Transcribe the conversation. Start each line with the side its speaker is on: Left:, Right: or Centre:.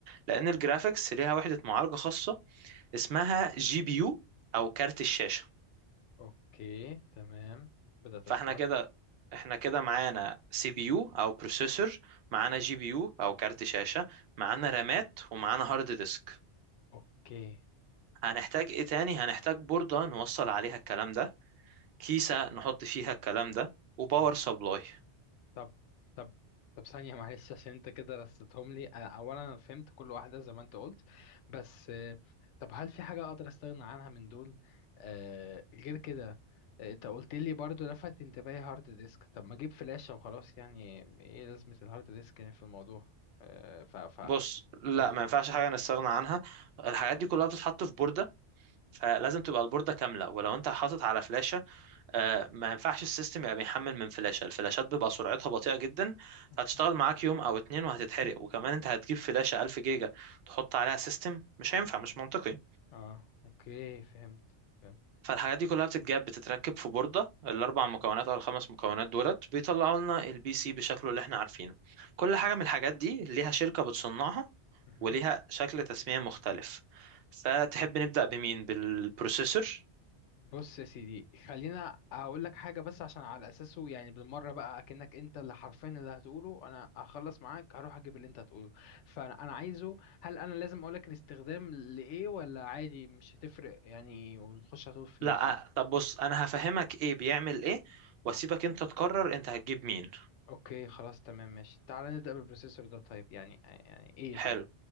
Right: لأن الجرافيكس ليها وحدة معالجة خاصة اسمها جي بي يو أو كارت الشاشة
Left: اوكي تمام بدأت
Right: فاحنا
Left: استوعب
Right: كده احنا كده معانا سي بي يو أو بروسيسور معانا جي بي يو أو كارت شاشة معانا رامات ومعانا هارد ديسك
Left: اوكي
Right: هنحتاج ايه تاني هنحتاج بوردة نوصل عليها الكلام ده كيسة نحط فيها الكلام ده وباور
Left: م.
Right: سبلاي
Left: طب طب طب ثانية معلش عشان انت كده رصيتهم لي أنا- اولا انا فهمت كل واحدة زي ما انت قلت بس آه، طب هل في حاجة اقدر استغنى عنها من دول آه غير كده آه، انت قلت لي برضو لفت انتباهي هارد ديسك طب ما اجيب فلاشة وخلاص يعني ايه لازمة الهارد ديسك يعني في الموضوع آه ف ف
Right: بص لا
Left: قولي
Right: ما ينفعش حاجة نستغنى عنها الحاجات دي كلها بتتحط في بوردة فلازم تبقى البوردة كاملة ولو انت حاطط على فلاشة آه، ما ينفعش السيستم يبقى بيحمل من فلاشة الفلاشات بيبقى سرعتها بطيئة جدا
Left: م.
Right: فهتشتغل معاك يوم او اتنين وهتتحرق وكمان انت هتجيب فلاشة 1000 جيجا تحط عليها سيستم مش هينفع مش منطقي
Left: اه اوكي فهمت فهمت
Right: فالحاجات دي كلها بتتجاب بتتركب في بوردة الأربع مكونات أو الخمس مكونات دولت بيطلعوا لنا البي سي بشكله اللي احنا عارفينه كل حاجة من الحاجات دي ليها شركة بتصنعها
Left: طيب
Right: وليها شكل تسمية مختلف فتحب نبدأ بمين بالبروسيسور
Left: بص يا سيدي خلينا هقول لك حاجة بس عشان على أساسه يعني بالمرة بقى أكنك أنت اللي حرفيا اللي هتقوله أنا هخلص معاك هروح أجيب اللي أنت هتقوله فأنا أنا عايزه هل أنا لازم أقول لك الاستخدام لإيه ولا عادي مش هتفرق يعني ونخش على طول في ال...
Right: لا
Left: في ال...
Right: طب بص انا هفهمك ايه بيعمل ايه واسيبك
Left: آه.
Right: انت تقرر انت هتجيب مين
Left: أوكي خلاص تمام ماشي تعالى نبدأ بالبروسيسور ده طيب يعني يعني إيه
Right: حلو
Left: طيب